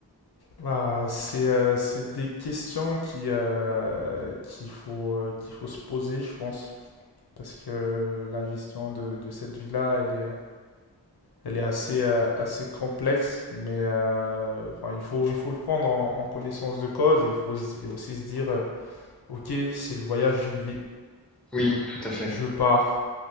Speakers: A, on the left; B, in the centre.
A: Bah, c'est euh, c'est des questions qui, euh, qu'il faut, euh, qu'il faut se poser, je pense. Parce que euh, la gestion de, de cette vie-là, elle est, elle est assez, euh, assez complexe. Mais euh, enfin, il faut, il faut le prendre en, en connaissance de cause et il faut s- et aussi se dire, euh, ok, c'est le voyage d'une vie.
B: Oui, tout à fait.
A: Je pars